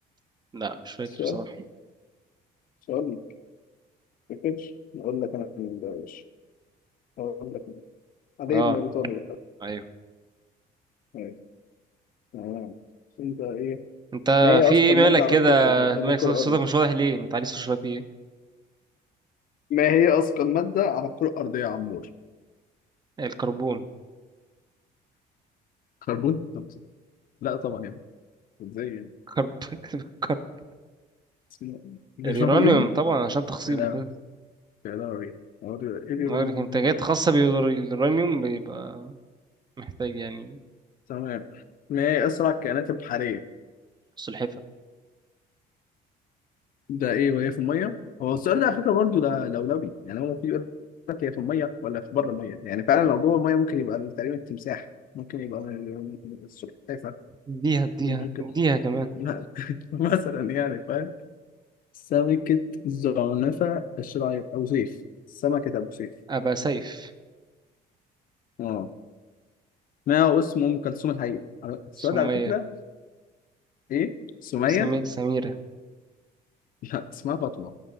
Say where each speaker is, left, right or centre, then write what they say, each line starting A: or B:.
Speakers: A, on the right (about 25°); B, on the left (about 55°).
A: لا مش فاكر
B: السؤال
A: بصراحة
B: سؤال ما كانش اقول لك انا من ده يا باشا اقول لك علي
A: اه
B: بن ابي طالب
A: ايوه
B: أيوة. تمام انت ايه
A: انت
B: ما هي
A: في
B: اثقل
A: ايه مالك
B: ماده على
A: كده
B: الكره الارضيه على
A: مالك
B: الكره
A: صوتك
B: الارضيه
A: صوتك مش واضح ليه ما تعليش صوتك شوية في ايه
B: ما هي اثقل ماده على الكره الارضيه يا عمور
A: الكربون
B: كربون طب- لا طبعا يا ابني ازاي يعني
A: كرب <laughs> كربون
B: اسمه اليورانيوم
A: اليورانيوم طبعا عشان تخصيبه
B: لا لا
A: كده
B: لا لا ايه اليورانيوم
A: لكن الانتاجات
B: ده؟
A: خاصة باليورانيوم بيبقى محتاج يعني
B: تمام ما هي اسرع الكائنات البحريه
A: سلحفة
B: ده ايه وايه في الميه هو السؤال ده على فكره برضه لا- لولبي يعني هو في يقول لك هي في الميه ولا في بره الميه يعني فعلا لو جوه الميه ممكن يبقى تقريبا التمساح ممكن يبقى من- من السلحفاه
A: اديها اديها
B: ممكن
A: اديها كمان
B: <laughs> مثلا يعني فاهم سمكة زعنفة الشراعية أبو سيف سمكة أبو سيف
A: أبقى سيف
B: اه ما هو اسم أم كلثوم الحقيقي على- السؤال
A: سمية
B: ده على فكرة إيه سمية
A: سمي... سميرة
B: لا اسمها فاطمة